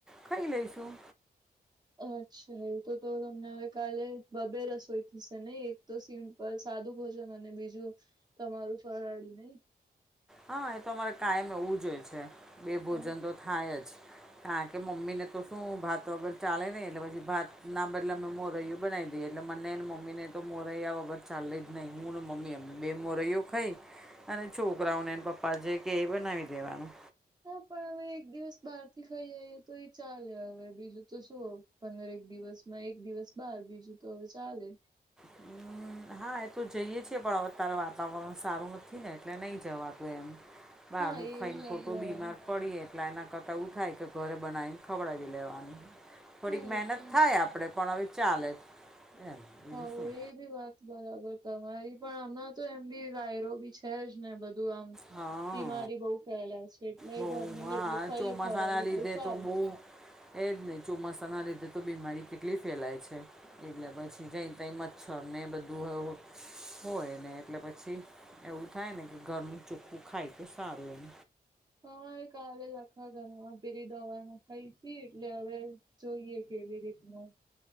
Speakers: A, in the centre; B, on the right.
A: ખાઈ લઈશું.
B: અચ્છા એવું તો તો તમને હવે કાલે બબે રસોઈ થશે, નઇ એક તો સેમ. પણ સાદું ભોજન અને બીજું તમારું ફરાળી નહીં.
A: હા એ તો અમારે કાયમ એવું જ હોય છે, બે ભોજન
B: હા
A: તો થાય જ. કારાણ કે મમ્મી ને તો શું ભાત વગર ચાલે ને એટલે પછી ભાત ના બદલે મે મો રહ્યું બનાવી દે એટલે મનેને મમ્મી ને તો મોરૈયા વગર ચાલે જ નહીં હું ને મમ્મી અમને બે મોરૈયો ખાઈ અને છોકરાઓનેને પપા જે કે એ બનાવી દેવાનું
B: હા પણ હવે એક દિવસ બહાર થી ખાઈ આવીઈએ તો એ ચાલે હવે બીજું તો શું પંદર એક દિવસમાં એક દિવસ બાર બીજું તો હવે ચાલે
A: હમ હા એ તો જઈએે છેીએ પણ અતારે વાતાવરણ સારું નથી ને એટલે નહી જવાતું એમ બ અમુક
B: હા
A: ખવાાઈને
B: એવી વાત
A: ફોટો
B: બરાબર
A: બીમાર પડીએ એટલે એના કરતા ઉ થાય કે ઘરે બનાવીને ખવડાવી લેવાની થોડીક
B: હા
A: મહેનત
B: એ તો
A: થાય આપણે પણ હવે ચાલે એમ બીજું
B: હવ
A: શું
B: એ ભ વા બરાબર તમારી પણ હમણાં તો એમ બી વાયરો બી છે જ ને બધું આમ
A: હા
B: બીમારી બહુ ફેલા છે એટલે
A: બહુ
B: એ ઘરનું
A: હા
B: જેટલું ખાઈ
A: ચોમાસાના
B: ખોરાક એટલું
A: લીધે
B: સારું
A: તો બહુ એ જ નહીં ચોમાસાના લીધે તો બીમારી કેટલી ફેલાય છે એટલે પછી જઈ તઈ મચ્છર ને બધું હોય ને એટલે પછી એવું થાય ને કે ઘરનું ચુપ્પું ખાય તો સારું એમ
B: હરે કાલે જ આખા ઘરમાં પેલી દવા ના ખાઈ હતી એટલે હવે જોઈએ કેવી રીતનું